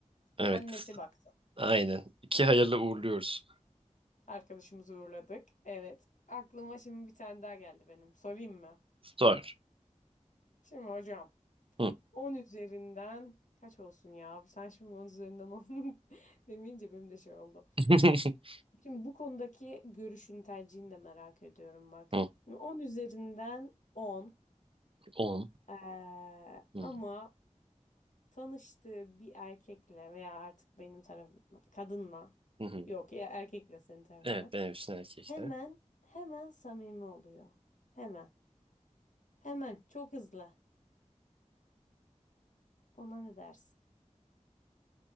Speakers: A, on the right; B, on the left.
A: Evet.
B: Annesi baksın.
A: Aynen. İki hayırlı uğurluyoruz.
B: Arkadaşımızı uğurladık. Evet. Aklıma şimdi bir tane daha geldi benim. Sorayım mı?
A: Sor.
B: Şimdi hocam
A: Hı.
B: On üzerinden kaç olsun ya? Abi sen şimdi 10 üzerinden 10 <laughs> demeyince benim de şey oldu.
A: <laughs>
B: Şimdi bu konudaki görüşün, tercihini de merak ediyorum bak.
A: Hı,
B: 10 üzerinden on
A: 10.
B: Ee,
A: Hı,
B: ama tanıştığı bir erkekle veya artık benim tarafımdan kadınla
A: hı hı.
B: yok ya erkekle senin tarafından
A: Evet benim için erkekler.
B: hemen hemen samimi oluyor. Hemen. Hemen çok hızlı. Ona ne dersin?